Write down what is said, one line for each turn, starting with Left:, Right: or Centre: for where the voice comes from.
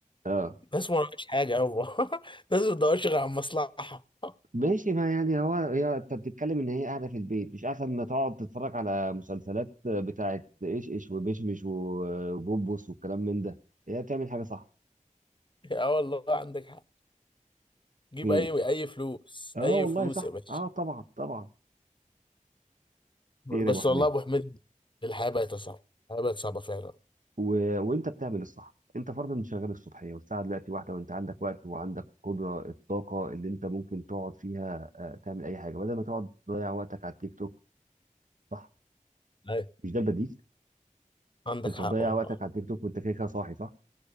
Right: اه
Left: ناس ما وراكش حاجه يابا <laughs> ناس ما بتدورش غير على المصلحه <laughs>
Right: ماشي ما يعني هو هي انت بتتكلم ان هي قاعده في البيت مش احسن ما تقعد تتفرج على مسلسلات بتاعه ايش ايش ومشمش وبوبوس والكلام من ده هي بتعمل حاجه صح
Left: اه والله عندك حق جيب
Right: خير
Left: اي اي فلوس
Right: اه
Left: اي
Right: والله
Left: فلوس
Right: صح
Left: يا باشا
Right: اه طبعا طبعا
Left: بس
Right: خير يا ابو حميد
Left: والله يا ابو حميد الحياه بقت صعبه الحياه بقت صعبه فعلا
Right: و... وانت بتعمل الصح انت فرضا شغال الصبحيه والساعه دلوقتي واحده وانت عندك وقت وعندك قدره الطاقه اللي انت ممكن تقعد فيها آه، تعمل اي حاجه بدل ما تقعد تضيع وقتك على التيك توك صح
Left: ايوه
Right: مش ده البديل
Left: عندك
Right: كنت
Left: حق
Right: هتضيع
Left: والله
Right: وقتك على التيك توك وانت كده كده صاحي صح